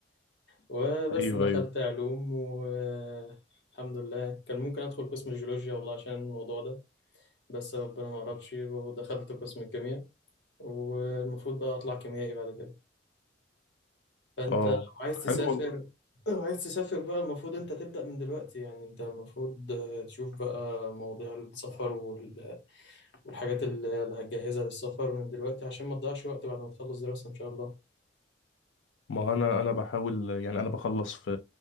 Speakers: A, on the left; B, on the left.
A: وبس
B: ايوه
A: دخلت
B: ايوه
A: علوم والحمد لله كان ممكن ادخل قسم الجيولوجيا والله عشان الموضوع ده بس ربنا ما قربش ودخلت قسم الكيمياء والمفروض بقى اطلع كيميائي بعد كده فانت
B: اه
A: لو عايز تسافر
B: حلو والله
A: لو عايز تسافر بقى المفروض انت تبدأ من دلوقتي يعني انت المفروض آه، تشوف بقى مواضيع السفر وال- والحاجات اللي اللي هتجهزها للسفر من دلوقتي عشان ما تضيعش وقت بعد ما تخلص دراسة ان شاء الله
B: ما انا انا بحاول يعني انا بخلص في